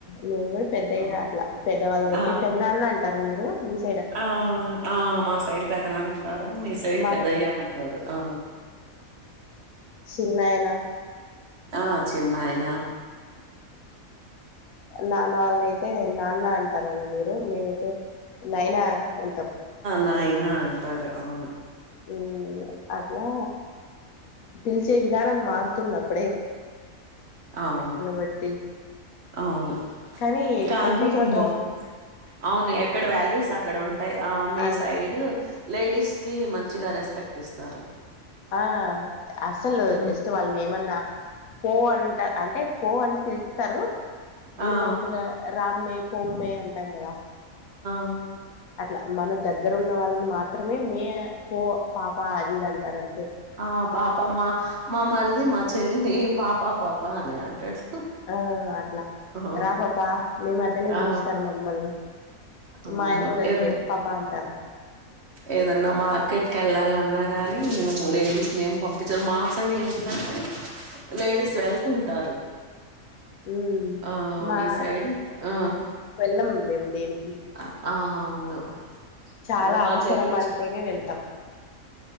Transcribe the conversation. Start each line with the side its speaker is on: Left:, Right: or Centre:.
Left: నేను కూడా పెద్దయ్యా
Right: ఆ!
Left: అట్లా పెద్దవాళ్ళైతే
Right: ఆ!
Left: పెద్ద నాన్న అంటారు మీరు <unintelligible>
Right: ఆ ఆ మా సైడ్ పెదనాన్న అని అంటారు మీ సైడ్
Left: మా
Right: పెదయ్య అని అంటారు ఆ
Left: చిన్నాయన
Right: ఆ చిన్నయన
Left: నాన్న వాళ్ళను అయితే నాన్న అంటారేమో మీరు మేమైతే నాయనా అంటాం
Right: నాయన ఆ అంటారు అవును
Left: ఉ అట్లా పిలిచే విధానం మారుతుంది అప్పు
Right: అవును
Left: బట్టి
Right: అవును
Left: కానీ
Right: కానీ
Left: ఒక్కో చోట
Right: బా అవును
Left: అది
Right: ఎక్కడ వాల్యూస్ అక్కడ ఉంటాయి ఆ మీ
Left: అది
Right: సైడ్ లేడీస్ కి మంచిగా రెస్పెక్ట్ ఇస్తారు
Left: ఆ అస్సలు
Right: ఉమ్
Left: జస్ట్ వాళ్ళని ఏమన్నా పో అంటా అంటే పో అంట పిలుత్తరు ఇప్పుడు
Right: ఆ ఆ
Left: మాములుగా రామ్మే పొమ్మే అం అంటం గాదా
Right: అ
Left: అట్లా మనం దగ్గర దగ్గర ఉన్న వాళ్ళని మాత్రమే మే పో పాప అదిది అంటారు అదే
Right: ఆ పాపమ్ మా మా మరిది మా చెల్లిని పాపా పాప పానే అంటాడు
Left: ఆ అట్లా
Right: ఆ
Left: రా పాపా మేము అట్లనే
Right: ఆ
Left: పిలుస్తారు మమ్మల్ని
Right: అవును
Left: మా ఆయన కూడా అంతే
Right: ఏద
Left: పాపా అంటారు
Right: ఏదన్నా మార్కెట్కి వెళ్ళాలన్నా అన్నా గాని లేడీస్ ఏం పంపించారు మా సైడ్ ఏంటంటే లేడీస్ వెళ్తుంటారు
Left: ఉ
Right: ఆ
Left: మా
Right: మీ సైడ్ ఆ
Left: వెళ్ళం మేము దేనికి
Right: ఆ అవును
Left: చాలా
Right: అదే మా
Left: అవసరం
Right: చెల్లి
Left: అంటేనే వెళ్తాం